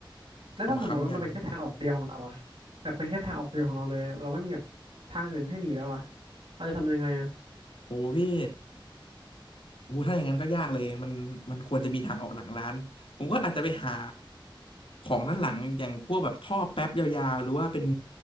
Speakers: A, on the right; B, on the left.
A: แล้วถ้าสมมติว่ามันเป็นแค่ทางออกเดียวของเราอะแบบเป็นแค่ทางออกเดียวของเราเลยอะเราไม่มีแบบทางอื่นให้หนีแล้วอะ
B: เอามาค้ำยัน
A: เราจะทำยังไงอะ
B: โอ้พี่โอ้ถ้าอย่างนั้นก็ยากเลยมันมันควรจะมีทางออกหลังร้านผมก็อาจจะไปหาของด้านหลังอย่างพวกแบบท่อแป๊บยาวๆหรือว่าเป็น